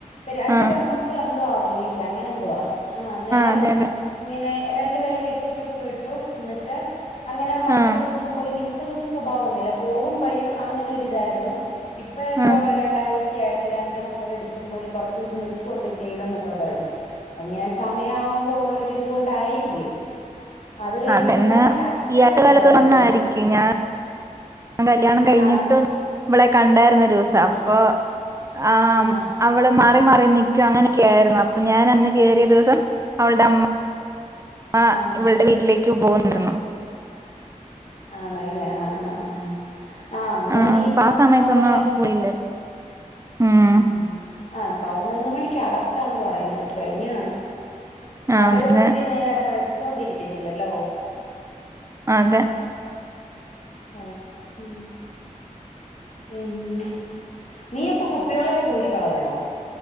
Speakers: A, on the left; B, on the right.
A: രണ്ട്
B: ആ
A: പെമ്മക്കൾ എന്തോ ആ പുള്ളിക്ക് അങ്ങനെ എന്തുവാ ആ അന്നേരം
B: അതെ അതെ
A: ഇങ്ങനെ രണ്ടുപേരയും കെട്ടിച്ചക്കെ വിട്ടു എന്നിട്ട് അങ്ങനെ മക്കള
B: ആ
A: അടുത്തൊന്നും പോയി നിൽക്കുന്ന സ്വഭാവം ഒന്നുമില്ല പോകും വരും അങ്ങനെ ഒര് ഇതായിരുന്നു ഇപ്പൊ എക്കോ
B: ആ
A: രണ്ടാഴ്ചയായി രണ്ട് മക്കള അടുത്തും പോയി കുറച്ച ദിവസം നിക്കുവൊക്കെ ചെയ്തന്നൊക്കെ പറഞ്ഞു ഇങ്ങനെ സമയാവുമ്പോ ഉള്ള ഇത് കൊണ്ടായിരിക്കും <inaudible>
B: അതന്നാ
A: ഇന്നലെ അറ്റാക്ക്
B: ഈ അടുത്ത
A: എന്തോ
B: കാലത്ത്
A: ആയിരുന്നെന്ന്
B: വന്നായിരിക്കും
A: പറഞ്ഞു
B: ഞാൻ ഞാൻ കല്യാണം കഴിഞ്ഞിട്ടും
A: ആ
B: ഇവളെ കണ്ടായിരുന്നു ദിവസം അപ്പോ
A: ആഹാ
B: ആ
A: ആഹാ
B: അവള് മാത്രം മാറിനിൽക്കും അങ്ങനൊക്കെ ആയിരുന്നു അപ്പൊ ഞാൻ അന്ന് കയറിയ ദിവസം അവളുടെ അമ്മ ആ
A: ആഹാ
B: ഇവൾടെ വീട്ടിലേക്ക് പോകാനാരുന്നു
A: ആണല്ലേ ആഹ് ആഹ് ആഹ് ആഹ അന്നേര
B: ആഹ്
A: ഈ
B: അപ്പൊ
A: പറഞ്ഞ
B: ആ സമയത്തൊന്ന്
A: പോലെ
B: പോയില്ലേ ഉം
A: ആഹ ആഹ പതിനൊന്ന് മണിക്ക് അടക്കാന്ന് പറയുന്ന കേട്ട് കഴിഞ്ഞാണ്
B: അതെ
A: അവര ഒത്തിരി നേരം അങ്ങനെ വ ചൊണ്ടിരിക്കത്തില്ലല്ലോ
B: അതെ
A: ആഹ ഉ പിന്നെ നീയപ്പൊ കുപ്പിയോളെഊരി കളഞ്ഞോ